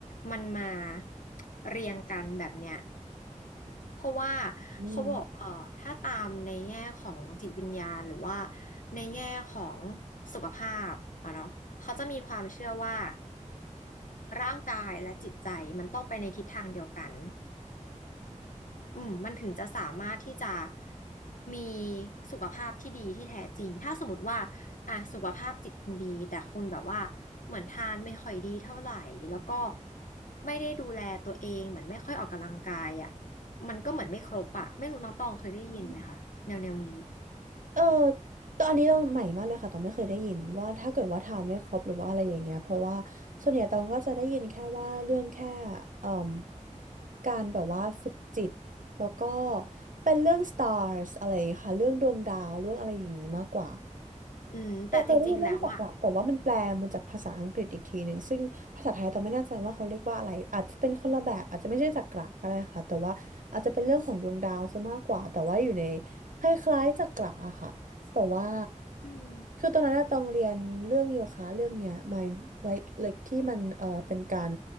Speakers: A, on the left; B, on the right.
A: มันมาเรียงกันแบบเนี้ยเพราะว่า
B: ม
A: เขาบอกเอ่อถ้าตามในแง่ของจิตวิญญาณหรือว่าในแง่ของสุขภาพอะเนาะเขาจะมีความเชื่อว่าร่างกายและจิตใจมันต้องไปในทิศทางเดียวกัน อืมมันถึงจะสามารถที่จะมีสุขภาพที่ดีที่แท้จริง ถ้าสมมติว่าอ่ะสุขภาพจิตคุณดีแต่คุณแบบว่าเหมือนทานไม่ค่อยดีเท่าไหร่แล้วก็ไม่ได้ดูแลตัวเองเหมือนไม่ค่อยออกกำลังกายอ่ะมันก็เหมือนไม่ครบอ่ะไม่รู้น้องตองเคยได้ยินไหมคะแนวแนวนี้
B: อืมเออตอนนนี้เราใหม่มากเลยค่ะ ตองไม่เคยได้ยินว่าถ้าเกิดว่าทานไม่ครบหรือว่าอะไรอย่างเงี้ยเพราะว่าส่วนใหญ่ตองก็จะได้ยินแค่ว่าเรื่องแค่เอ่มการแบบว่าฝึกจิตแล้วก็เป็นเรื่อง stars อะไรอย่างเงี้ยค่ะเรื่องดวงดาวเรื่องอะไรอย่างงี้มากกว่า
A: อืมแต่จริงๆแล้วอ่ะ
B: เออเคยได้ยินเรื่องจักระแต่ว่ามันแปลมาจากภาษาอังกฤษอีกทีหนึ่งซึ่งภาษาไทยตอนไม่แน่ใจว่าเขาเรียกว่าอะไรอาจจะเป็นคนละแบบอาจจะไม่ใช่จักระก็ได้ค่ะแต่ว่าอาจจะเป็นเรื่องของดวงดาวซะมากกว่าแต่ว่าอยู่ในคล้ายๆจักระอะค่ะแต่ว่า
A: อืม
B: คือตอนนั้นอะต้องเรียนเรื่องโยคะเรื่องเนี้ย mind like like ที่มันเออเป็นการ